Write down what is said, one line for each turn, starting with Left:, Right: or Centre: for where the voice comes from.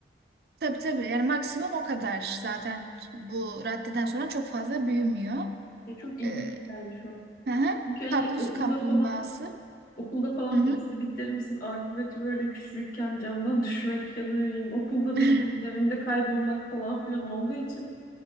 Right: Tabii tabii yani maksimum o kadar zaten bu raddeden sonra çok fazla büyümüyor.
Left: E, çok ilginç
Right: Ee,
Left: geldi şu an.
Right: hı hı.
Left: Çünkü hani
Right: Tatlı
Left: okulda
Right: su kaplumbağası.
Left: falan okulda falan
Right: Hı hı.
Left: beslediklerimizin akıbeti böyle küçücükken camdan <laughs> düşmek ya da ne bileyim okulda
Right: <laughs>
Left: birilerinin evinde kaybolmak falan filan olduğu için